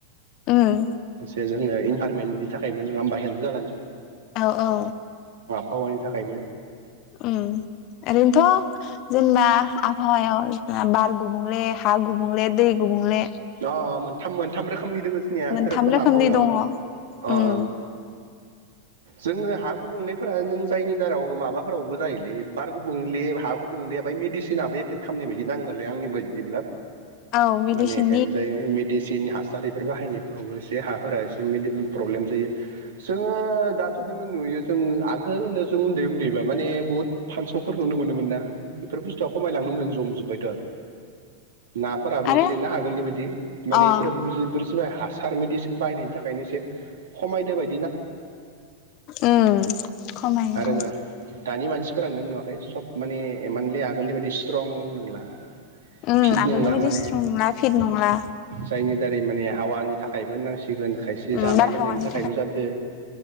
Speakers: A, on the left; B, on the right.
A: उम
B: एसे जोंनो इनभारमेन्टनि थाखायबो नोङा होमबा हेल्प जागोन
A: औ औ
B: फावानि थाखायबो
A: उ ओरैनोथ जेनेबा आबहावायाव बार गुबुंले हा गुबुंले दै गुबुंले
B: अ मोनथाम मोनथाम रोखोमनि दोङो जोंनिया
A: मोनथाम
B: रोखोम
A: रोखोमनि
B: आबहावायाव
A: दङ
B: अ
A: उम
B: ओं
A: <inaudible>
B: जोङो हा गुबुंलेफोरा नों जायनि दाराव माबाफोरावबो जायोलै बार गुबुंले हा गुबुंले बा मेडिसिनाबो एफेक्ट खामनाय बायदि नाङोलै आंनि बायदिब्ला
A: औ मिडिसिन
B: माने जाय मेडिसिन हास सारफोर बाहायनायफ्रावबो एसे हाफोरा एसे इबादि प्रब्लेम जायो जोङो दाथ' नोङो नुयो। जों आगोलनो जों उन्दै उन्दैबा माने बहुत फानसौफोर नुनो मोनोमोन ना बेफोर बुस्थुआ खमाय लांनो जमजोबबायथ नाफोराबो
A: आरो
B: एसे ना आगोलनि बायदि माने
A: अ
B: बेफोर जाय हासार मेदिसिन बायनायनि थाखायनो एसे खमायदो बाय
A: उम खमाय
B: आरो
A: खमाय।
B: न दानि मानसिफोरा नों नुवाखै सब माने इमानलि आगोलनि बायदि स्ट्रं नंला।
A: उम
B: फिट
A: आगोलनि
B: नंला
A: बायदि
B: माने।
A: स्ट्रं नंला फिट नंला
B: जायनि दारै माने हावानि थाखायबो होनां सिगोन खायसे
A: उम
B: जानाय
A: बारहावानि
B: लोंनायनि थाखायबो जादों।